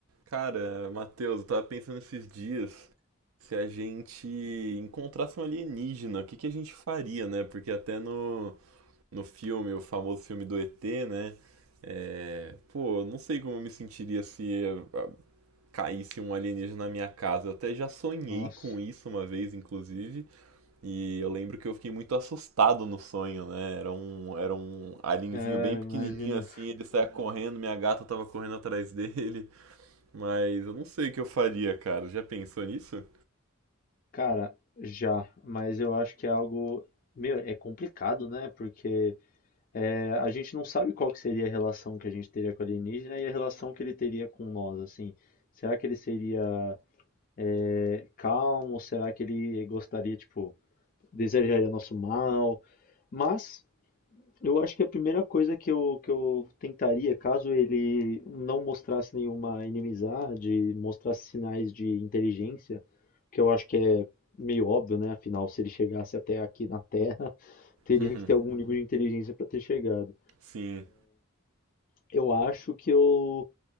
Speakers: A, on the right; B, on the left.
A: Cara, Matheus, eu tava pensando esses dias se a gente encontrasse um alienígena, o que que a gente faria, né? Porque até no, no filme, o famoso filme do ET, né? É, pô, eu não sei como eu me sentiria se ah, caísse um alienígena na minha casa. Eu até já sonhei
B: Nossa,
A: com isso uma vez, inclusive, e eu lembro que eu fiquei muito assustado no sonho, né? Era um, era um alienzinho
B: é,
A: bem pequenininho
B: imagina.
A: assim, ele saía correndo, minha gata tava correndo atrás <laughs> dele. Mas eu não sei o que eu faria, cara. Já pensou nisso?
B: Cara, já, mas eu acho que é algo, meu, é complicado, né? Porque é, a gente não sabe qual que seria a relação que a gente teria com o alienígena e a relação que ele teria com nós, assim. Será que ele seria é, calmo? Será que ele gostaria, tipo, desejaria nosso mal? Mas Eu acho que a primeira coisa que eu, que eu tentaria, caso ele não mostrasse nenhuma inimizade, mostrasse sinais de inteligência, que eu acho que é meio óbvio, né? Afinal, se ele chegasse até aqui na Terra, <laughs> teria
A: <laughs>
B: que ter algum nível de inteligência para ter chegado.
A: Sim.
B: Eu acho que eu